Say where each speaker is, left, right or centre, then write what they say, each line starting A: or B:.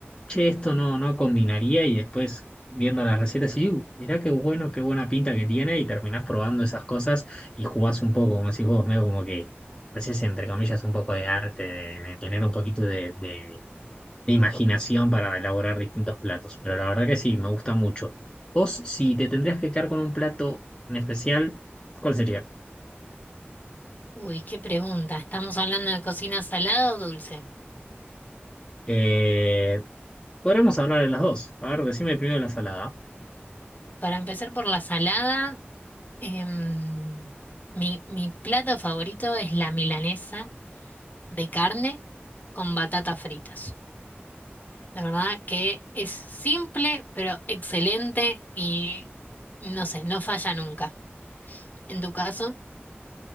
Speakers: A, on the left; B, on the left.
A: che, esto no, no combinaría y después viendo las recetas y "Uh, mirá qué bueno, qué buena pinta que tiene y terminás probando esas cosas y jugás un poco, como decís vos, medio como que haces entre comillas un poco de arte, de, de tener un poquito de, de de imaginación para elaborar distintos platos, pero la verdad que sí, me gusta mucho. Vos, si te tendrías que quedar con un plato en especial, ¿cuál sería?
B: Uy, qué pregunta. ¿Estamos hablando de cocina salada o dulce?
A: Eh, podremos hablar de las dos. A ver, decime primero la salada.
B: Para empezar por la salada, em, mi, mi plato favorito es la milanesa de carne con batatas fritas. La verdad que es simple, pero excelente y no sé, no falla nunca. ¿En tu caso?